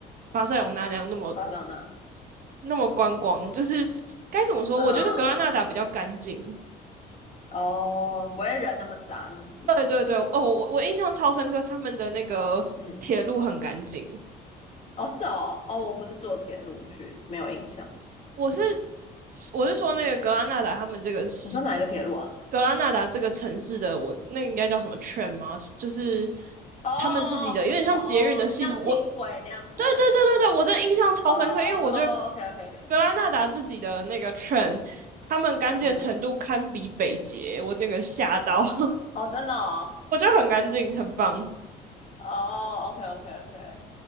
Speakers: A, on the right (about 55°); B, on the left (about 40°).
A: 巴塞隆那那样那么
B: 巴掌呢？
A: 那么观光，就是该怎么说？
B: 嗯，
A: 我觉得格拉纳达比较干净。
B: 哦，不会人那么杂那么挤，
A: 对对对，哦，我我印象超深刻，他们的那个铁路很干净。
B: 嗯，哦是哦，哦，我不是坐铁路去，没有印象。
A: 我是我是说那个格拉纳达他们这个是
B: 你说哪一个铁路啊？
A: 格拉纳达这个城市的，我那应该叫什么 train 吗？就是
B: 哦哦，
A: 他们自己的有点像捷运的系统。
B: 哦，像轻轨那样子的。
A: 我对对对对对，我真的印象超深刻，
B: 哦哦哦，OK
A: 因为我觉得
B: OK OK，
A: 格拉纳达自己的那个 t r e n 他们干净的程度堪比北捷，
B: 嗯嗯，
A: 我整个吓到，<laughs>
B: 哦，真的哦，
A: 我觉得很干净，很棒。
B: 哦，OK OK OK，